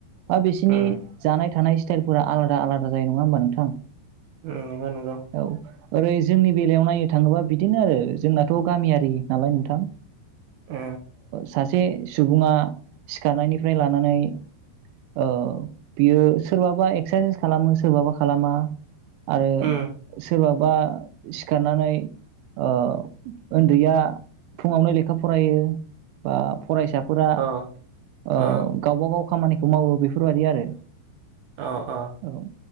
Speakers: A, on the right; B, on the right.
A: बा बिसिनि
B: उम
A: जानाय थानाय स्टाइलफोरा आलादा आलादा जायो नङा होमबा नोंथां
B: ओ‌ माबा नांगौ
A: औ ओरै जोंनि बेलायाव नायनो थाङोबा बिदिनो आरो जोंनाथ' गामियारि नालाय नोंथां
B: ओ
A: सासे सुबुङा सिखारनायनिफ्राय लानानै ओ बियो सोरबाबा एक्सारसाइस खालामो सोरबाबा खालामा आरो
B: उम
A: सोरबा बा सिखारनानै ओ ओन्दैया फुङावनो लेखा फरायो बा फरायसाफोरा
B: अ
A: ओ
B: अ
A: गावबा गा व खामानिखौ मावो बेफोरबायदि आरो
B: अ अ
A: औ